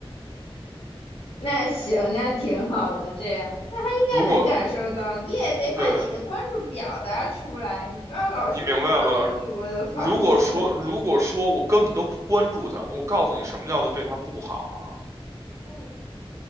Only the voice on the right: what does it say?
如果，
对，
你明白吗？如果说，如果说我根本都不关注他，那我告诉你什么叫做对他不好啊？